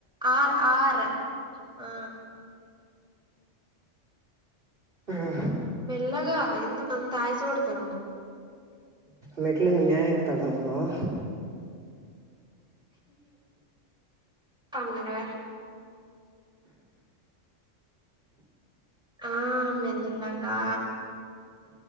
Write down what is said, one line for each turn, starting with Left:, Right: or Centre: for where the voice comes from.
Centre: ఆర్ ఆర్ ఆ
Right: ఆ
Centre: మెల్లగా ఎందుకు అంతా ఆయాస పడుతున్నావు
Right: మెట్లు మీ నాయనా ఎక్కుతాడా అనుకున్నావా
Centre: అంగా ఆ మెల్లగా